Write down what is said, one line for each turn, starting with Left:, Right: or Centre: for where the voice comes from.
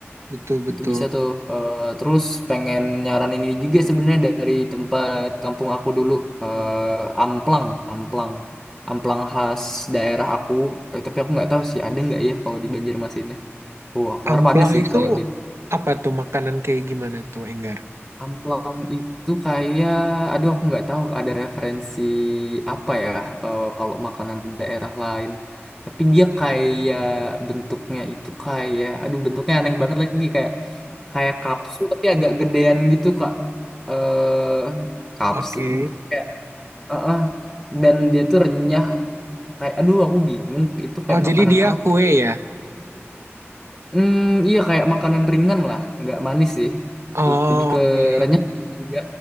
Right: Betul, betul.
Centre: Itu bisa tuh. Eh, terus pengen nyaranin ini juga sebenarnya dari tempat kampung aku dulu. Eh, amplang, amplang. Amplang khas daerah aku. Eh, tapi aku nggak tahu sih ada nggak ya kalau di Banjarmasinnya. Oh, aku harap
Right: Amplang
Centre: ada sih
Right: itu
Centre: kalau di
Right: apa tuh makanan kayak gimana tuh, Enggar?
Centre: Amplang itu kayak, aduh aku nggak tahu ada referensi apa ya eh, kalau makanan daerah lain. Tapi dia kayak bentuknya itu kayak, aduh bentuknya aneh banget lagi kayak kayak kapsul tapi agak gedean gitu Kak. Eh kapsul
Right: Oke.
Centre: kayak eh, eh. dan dia tuh renyah kayak aduh aku bingung itu kayak
Right: Oh, jadi
Centre: makanan
Right: dia
Centre: apa.
Right: kue ya?
Centre: Hmm, iya kayak makanan ringan lah, nggak manis sih.
Right: Oh,
Centre: Lebih ke
Right: oke.
Centre: renyah juga,